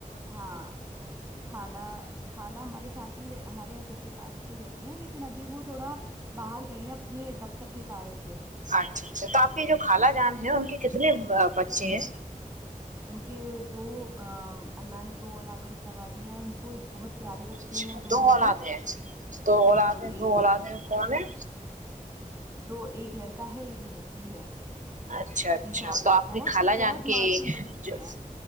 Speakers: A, on the right; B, on the right.
A: ہاں کالہ خالہ ہمارے ساتھ ہی ہمارے گھر کے پاس ہی رہتی ہیں لیکن ابھی وہ تھوڑا باہر گئی ہیں اپنے دفتر کے کار سے
B: اچھا اچھا تو آپ کی جو خالا جان ہے ان کی کتنے بچے ہیں
A: ان کے دو ا اللہ نے دو الاد نوازی ہیں ان کو بہت پیارے بچے
B: اچھا
A: ہیں دو ان
B: اولادیں
A: کے
B: ہیں دو
A: بالکل
B: اولادیں
A: ایک
B: دو اولادیں کون ہیں
A: <inaudible> ایک لڑکا ہے ایک لڑکی ہے
B: اچھا اچھا
A: ان شاء اللہ
B: تو آپ
A: بہت
B: کی خالہ
A: بہت
B: جان کے
A: معصوم بچے
B: جو
A: ہیں